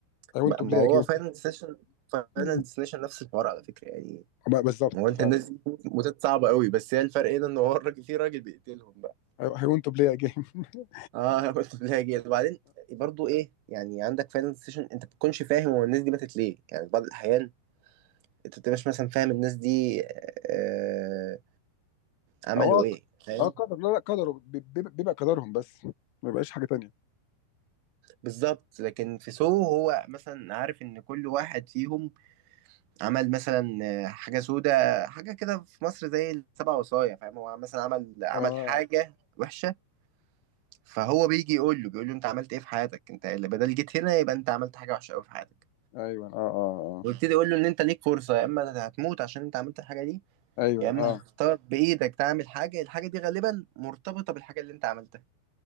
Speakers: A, on the left; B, on the right.
A: I want
B: ما
A: to
B: ما
A: play
B: هو
A: a game
B: فاينل ديستنيشن فاينل
A: ب-
B: ديستنيشن نفس الحوار على فكرة يعني
A: <laughs> بالظبط
B: هو انت
A: فعلا
B: الناس دي موتات صعبة قوي بس هي الفرق هنا ان هو الراجل في راجل بيقتلهم بقى
A: I I want to play a game <laughs>
B: اه <laughs> قلت لها جيل وبعدين برضو ايه يعني عندك فاينل ديستنيشن انت ما بتكونش فاهم هو الناس دي ماتت ليه يعني في بعض الاحيان انت ما بتبقاش مثلا فاهم الناس دي آه، عملوا
A: هو
B: ايه فاهم
A: اه قدر لا لا قدره بي- بي- بيبقى قدرهم بس ما بيبقاش حاجه تانية
B: بالظبط لكن في سو هو مثلا عارف ان كل واحد فيهم عمل مثلا آه، حاجه سودة حاجه كده في مصر زي السبع وصايا فاهم هو مثلا عمل عمل
A: اه
B: حاجه وحشه فهو بيجي يقول له بيقول له انت عملت ايه في حياتك انت اللي بدل جيت هنا يبقى انت عملت حاجه وحشه قوي في حياتك
A: ايوه اه اه
B: ويبتدي يقول له ان انت ليك فرصه يا اما هتموت عشان انت عملت الحاجه دي
A: اه ايوه
B: يا اما
A: اه
B: هتختار بايدك تعمل حاجه الحاجه دي غالبا مرتبطه بالحاجه اللي انت عملتها